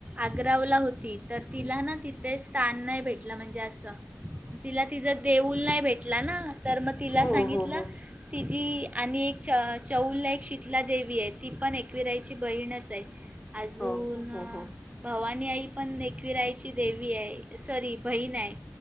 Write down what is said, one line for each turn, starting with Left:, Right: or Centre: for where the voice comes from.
Right: आग्रावला होती तर तिला ना तिथे स्थान नाही भेटलं म्हणजे असं तिला तिजा देऊल नाही भेटला ना तर मग तिला
Left: हो
Right: सांगितलं
Left: हो हो
Right: तिजी आणि एक च चौलला एक शीतला देवी आहे ती पण एकविराईची बहीणच आहे अजून
Left: हो हो हो हो
Right: भावानी आई पण ऐकवीरा आईची देवी आहे सॉरी बहीण आहे.